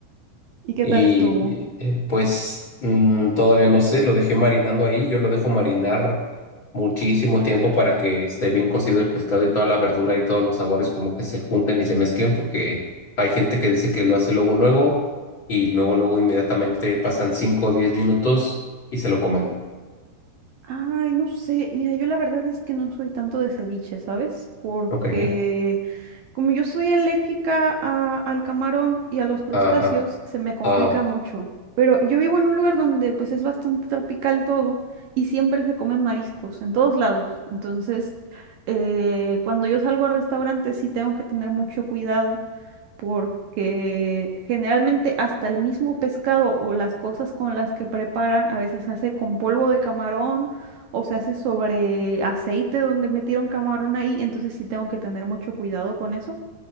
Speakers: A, on the right; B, on the left.
A: ¿Y qué
B: y
A: tal estuvo?
B: eh, pues mm, todavía no sé, lo dejé marinando ahí, yo lo dejo marinar muchísimo tiempo para que esté bien cocido el pescado y toda la verdura y todos los sabores como que se junten y se mezclen porque hay gente que dice que lo hace luego luego y luego luego inmediatamente pasan 5 o 10 minutos y se lo comen.
A: Ay, no sé. Mira, yo la verdad es que no soy tanto de ceviche, ¿sabes? Porque
B: Ok,
A: como yo soy alérgica a- al camarón y a los crustáceos,
B: ajá,
A: se me complica
B: ah,
A: mucho. Pero yo vivo en un lugar donde pues es bastante tropical todo y siempre se comen mariscos en todos lados. Entonces, eh, cuando yo salgo a restaurantes sí tengo que tener mucho cuidado porque generalmente hasta el mismo pescado o las cosas con las que preparan a veces se hace con polvo de camarón o se hace sobre aceite donde metieron camarón ahí, entonces sí tengo que tener mucho cuidado con eso.